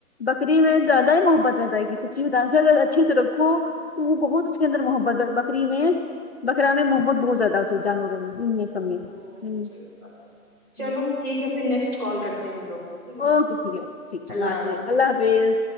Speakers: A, on the left; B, on the right.
A: بکری میں زیادہ ہی محبت رہتا ہے کسی ا بتاائ اگر اچھے سے رکھو تو وہ بہت اس کے اندر محبت ب بکری میں بکرا میں محبت بہت زیادہ تھی جانوروں میں ان میں
B: ہوں
A: سم میں ہ
B: صحیح بات ہے چلو
A: ہ
B: ٹھیک ہے پھر نیکسٹ کال کرتے ہیں ہم لوگ ٹھیک ہے
A: اوکے ٹھیک ہے ٹھیک ہے
B: اللہ
A: بات
B: حافظ
A: اللہ حافظ